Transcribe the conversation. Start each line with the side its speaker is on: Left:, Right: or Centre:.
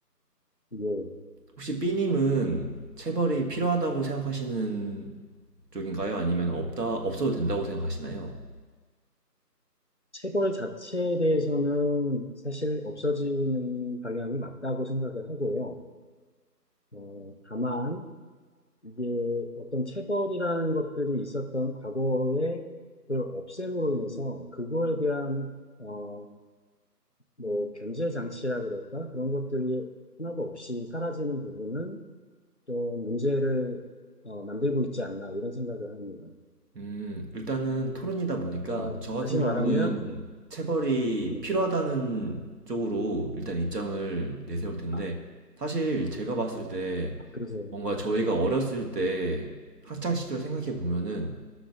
Left: 예.
Right: 혹시 B님은 체벌이 필요하다고 생각하시는 쪽인가요? 아니면 없다, 없어도 된다고 생각하시나요?
Left: 체벌 자체에 대해서는 사실 없어지는 방향이 맞다고 생각을 하고요. 어, 다만, 이게 어떤 체벌이라는 것들이 있었던 과거의 그 없앰으로 인해서 그거에 대한, 어, 뭐 견제 장치라 그럴까? 그런 것들이 하나도 없이 사라지는 부분은 또 문제를 어, 만들고 있지 않나 이런 생각을 합니다.
Right: 음, 일단은 토론이다 보니까
Left: 그러니까
Right: 저 같은
Left: 다시
Right: 경우는
Left: 말하면
Right: 체벌이
Left: 음,
Right: 필요하다는 쪽으로 일단 입장을 내세울 텐데
Left: 아,
Right: 사실 제가 봤을 때
Left: 아 그러세요.
Right: 뭔가 저희가 어렸을 때 학창 시절 생각해 보면은